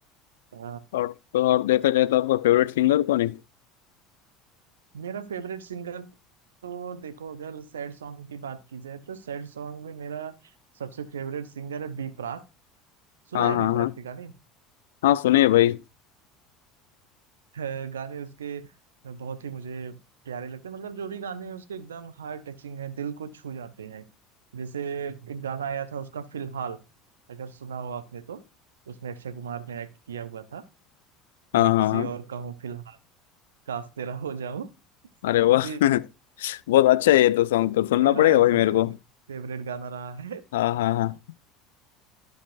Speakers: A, on the right; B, on the left.
A: अ,
B: और तो और देखा जाए तो आपका फेवरेट सिंगर कौन है
A: मेरा फेवरेट सिंगर तो देखो अगर सैड सॉन्ग की बात की जाए तो सैड सॉन्ग में मेरा सबसे फेवरेट सिंगर है बी प्राक सुना
B: हाँ
A: है
B: हाँ
A: बी
B: हाँ
A: प्राक के गाने
B: हाँ सुने भाई
A: अ, गाने उसके बहुत ही मुझे प्यारे लगते हैं मतलब जो भी गाने हैं उसके एकदम हार्ट टचिंग है दिल को छू जाते हैं जैसे एक गाना आया था उसका फिलहाल अगर सुना हो आपने तो उसमें अक्षय कुमार ने एक्ट किया हुआ था
B: हाँ
A: मैं किसी
B: हाँ हाँ
A: और का हूँ फिलहाल काश तेरा हो जाऊं
B: अरे
A: तो
B: वाह
A: ये
B: <laughs> बहुत अच्छा है ये तो सॉन्ग तो सुनना
A: मेरा
B: पड़ेगा भाई
A: सबसे
B: मेरे को
A: फेवरेट गाना रहा है
B: हाँ हाँ हाँ